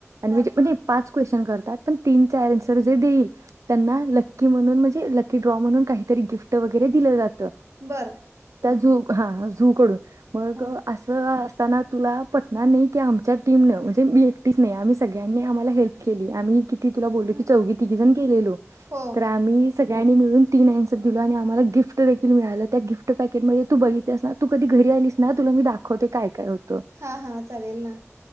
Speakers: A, on the right; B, on the right.
A: म्हणजे-म्हणजे
B: हा
A: पाच होत्यात. क्वेश्चन करतात. पण तिनचे आनसजे देईल त्यांना. लकी म्हणून लकी ड्रॉ म्हणून काहीतरी गिफ्ट वगैरे दिलं जात.
B: बर
A: त्या झू. हा झू कडून. मग
B: हा
A: असं अस असताना तुला पटणार नाही कि आमच्या टीमनं. म्हणजे मी एकटीच नाही. आम्ही सगळ्यांनी आम्हाला हेल्प केली आम्ही किती तुला बोलल
B: हा
A: की चौघ तिघी जण गेलेलो.
B: हो
A: तर आम्ही. सगळ्यांनी मिळून तीन आन्सर दिलो. आणि आम्हाला गिफ्ट देखील मिळालं त्या गिफ्ट पॅकेटमध्ये तू बघितलस असणार तू कधी घरी आलीस. ना तुला मी दाखवते काय-काय होते.
B: हा हा चालेल ना‌.